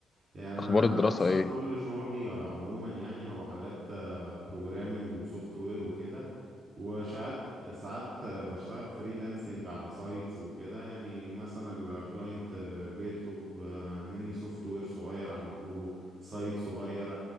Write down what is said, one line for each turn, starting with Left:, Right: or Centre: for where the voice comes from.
Right: يعني انا
Left: اخبار الدراسه
Right: انا اصلا
Left: ايه
Right: كل شغلي عموما يعني هو حاجات بروجرامنج وسوفت وير وكده وساعات ساعات بشتغل فريلانسنج على سايتس وكده يعني مثلا الكلاينت بيطلب مني سوفت وير صغير اعمله له سايت صغير